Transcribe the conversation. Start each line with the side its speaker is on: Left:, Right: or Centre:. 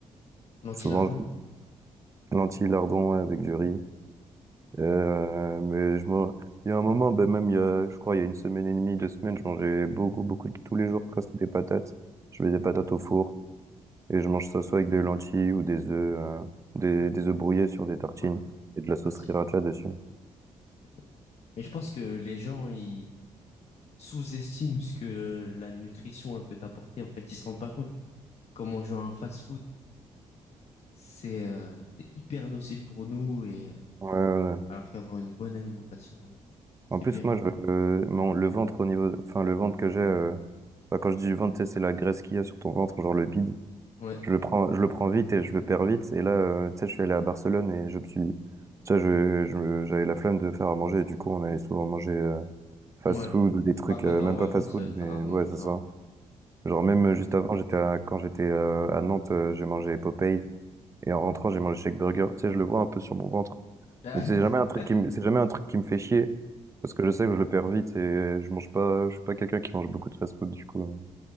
Left: L'anti-lardon?
Right: Souvent, je...
Left: <laughs>
Right: lentilles, lardons, ouais, avec du riz. Euh, mais je m'en- il y a un moment, ben même il y a, je crois, il y a une semaine et demie, deux semaines, je mangeais beaucoup, beaucoup, tous les jours presque des patates. Je mets des patates au four et je mange ça soit avec des lentilles ou des œufs, euh, des, des œufs brouillés sur des tartines
Left: Ouais.
Right: et de la sauce
Left: Ah, c'est
Right: sriracha
Left: bien,
Right: dessus.
Left: c'est bien. Mais je pense que les gens, ils sous-estiment ce que la nutrition elle, peut apporter. En fait, ils se rendent pas compte comment manger un fast-food, c'est euh, c'est hyper nocif pour nous et euh,
Right: Ouais, ouais. ouais.
Left: alors qu'avoir une bonne alimentation, euh, c'est
Right: En plus,
Left: bien.
Right: moi, je, euh, mon, le ventre au niveau, enfin, le ventre que j'ai, euh, enfin, quand je dis ventre, tu sais, c'est la graisse qu'il y a sur ton ventre, genre le bide.
Left: Ouais.
Right: Je le prends, je le prends vite et je le perds vite. Et là, euh, tu sais, je suis allé à Barcelone et je me suis, tu sais, je, je me- j'avais la flemme de faire à manger. Du coup, on allait souvent manger euh, fast-food
Left: Ouais.
Right: ou des trucs,
Left: Bah, quand
Right: euh,
Left: t'es
Right: même
Left: en vacances,
Right: pas fast-food,
Left: euh, t'as
Right: mais
Left: rarement
Right: ouais,
Left: envie
Right: c'est
Left: de faire
Right: ça.
Left: à manger.
Right: Genre même euh, juste avant, j'étais à- quand j'étais euh, à Nantes, euh, j'ai mangé Popeyes et en rentrant, j'ai mangé Shake Burger. Tu sais, je le vois un peu sur mon ventre,
Left: Là,
Right: mais c'est
Left: <laughs>
Right: jamais un truc qui, me- c'est jamais un truc qui me fait chier parce que je sais que je le perds vite et je mange pas, je suis pas quelqu'un qui mange beaucoup de fast-food. Du coup, euh,